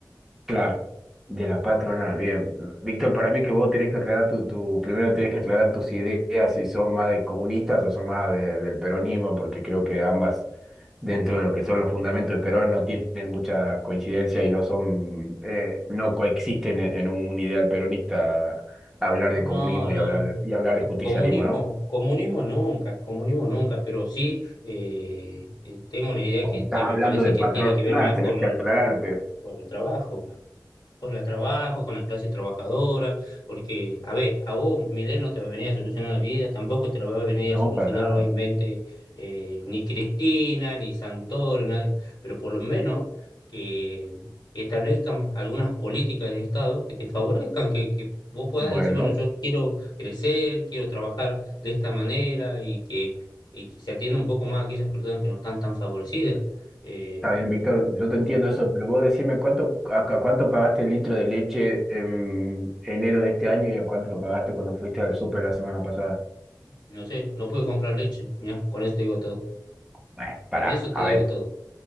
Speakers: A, in the centre; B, on the left (about 80°).
A: Claro, de la patronal, bien. Víctor, para mí que vos tenés que aclarar tu, tu, primero tenés que aclarar tus ideas si son más de comunistas o son más de- del peronismo, porque creo que ambas, dentro de lo que son los fundamentos de Perón, no tienen mucha coincidencia y no son, eh, no coexisten en, en un ideal peronista hablar
B: No,
A: de comunismo
B: no,
A: y hablar
B: no.
A: de, y hablar
B: Co-
A: de justicialismo,
B: Comunismo,
A: ¿no?
B: comunismo nunca, comunismo nunca, pero sí eh, eh, tengo una idea
A: Cuando
B: que,
A: estás
B: que
A: hablando
B: me parece
A: de
B: que
A: patronal,
B: tiene que ver más
A: tenés
B: con,
A: que aclararte.
B: con el trabajo con el trabajo, con la clase trabajadora, porque, a ver, a vos un Milei no te va a venir a solucionar la vida, tampoco te lo va a venir
A: No,
B: a solucionar
A: para nada.
B: obviamente eh, ni Cristina, ni Santoro, nadie, pero por lo menos que establezcan algunas políticas de Estado que te favorezcan, que, que vos puedas
A: Bueno.
B: decir, bueno, yo quiero crecer, quiero trabajar de esta manera y que, y que se atienda un poco más a aquellas personas que no están tan favorecidas. Eh,
A: Está bien, Víctor, yo te entiendo eso, pero vos decime cuánto, a, a cuánto pagaste el litro de leche en enero de este año y a cuánto lo pagaste cuando fuiste al súper la semana pasada.
B: No sé, no pude comprar leche. Mira, con eso te digo todo.
A: Bueno,
B: Con
A: pará,
B: eso
A: a
B: te digo
A: ver,
B: todo.